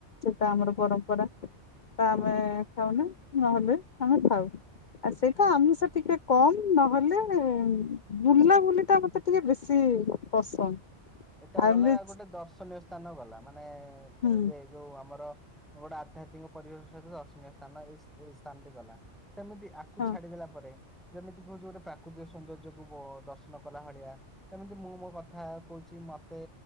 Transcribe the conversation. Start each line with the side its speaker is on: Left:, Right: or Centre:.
Left: ଏତା ଆମର ପରମ୍ପରା ତା
Centre: ହଁ।
Left: ଆମେ ଖାଉ ନା ନହେଲେ ଆମେ ଥାଉ। ଆଉ ସେଇଟା ଆମିଷ ଟିକେ କମ୍ ନହେଲେ ବୁଲା ବୁଲି ଟା ମତେ ଟିକେ ବେଶୀ ପସନ୍ଦ।
Centre: ଏଟା ଗଲା
Left: ଏମିତି
Centre: ଗୋଟେ ଦର୍ଶନୀୟ ସ୍ଥାନ ଗଲା ମାନେ ତା
Left: ହୁଁ
Centre: ଇଏ ଯୋଉ ଆମର ଗୋଟେ ଆଧ୍ୟାତ୍ମିକ ପରିବେଶ ସହିତ ଦର୍ଶନୀୟ ସ୍ଥାନ ଏଇ ସ୍ଥାନ ଟି ଗଲା। ସେମିତି ଆକୁ
Left: ହଁ
Centre: ଛାଡିଦେଲା ପରେ। ଯେମିତି କହୁଛି ଗୋଟେ ପ୍ରାକୃତିକ ସୌନ୍ଦର୍ଯ୍ୟ କକୁ ଦର୍ଶନ କଲା ଭଳିଆ। ସେମିତି ମୁଁ ମୋ କଥା କହୁଛି। ବି ମତେ